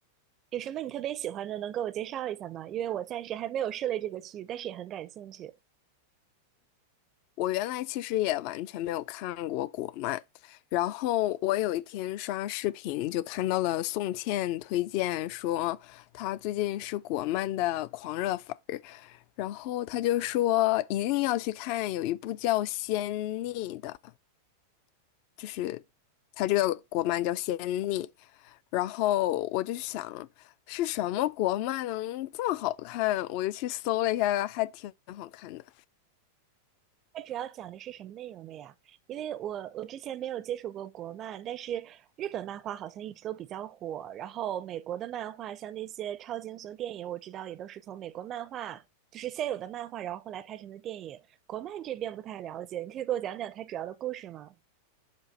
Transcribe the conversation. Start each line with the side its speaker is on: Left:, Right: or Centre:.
Right: 有什么你特别喜欢的，能给我介绍一下吗？因为我暂时还没有涉猎这个区域，但是也很感兴趣。
Left: 我原来其实也完全没有看过国漫，然后我有一天刷视频就看到了宋茜推荐说她最近是国漫的狂热粉儿。然后他就说一定要去看，有一部叫《仙逆》的，就是他这个国漫叫《仙逆》。然后我就想是什么国漫能这么好看，我就去搜了一下，还挺好看的。
Right: 它主要讲的是什么内容的呀？因为我我之前没有接触过国漫，但是日本漫画好像一直都比较火。然后美国的漫画，像那些超级英雄电影，我知道也都是从美国漫画，就是现有的漫画，然后后来拍成的电影。国漫这边不太了解，你可以给我讲讲它主要的故事吗？